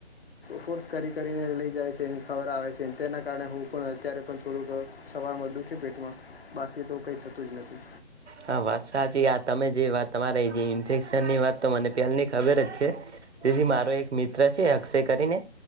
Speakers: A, on the left; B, on the right.
A: ફોર્સ કરી કરીને લઈ જાય છે. છેને ખવડાવે છે તેના કારણે હું પણ અત્યારે પણ થોડુંક. સવારમાં દુખેડ પેટમાં બાકી તો કઈ થતું જ નથી.
B: હા વાત સાચી આ તમે જે વાત તમારે જે ઇન્ફેક્શન ની વાત તો મને પહેલની ખબર જ છે. તેથી મારો એક મિત્ર છે અક્ષય કરીને.